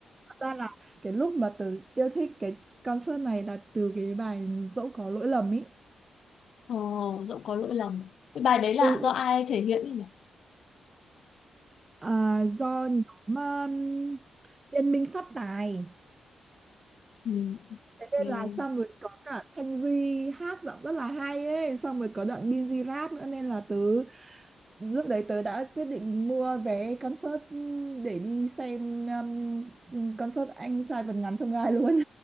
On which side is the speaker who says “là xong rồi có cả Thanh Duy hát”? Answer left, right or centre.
Right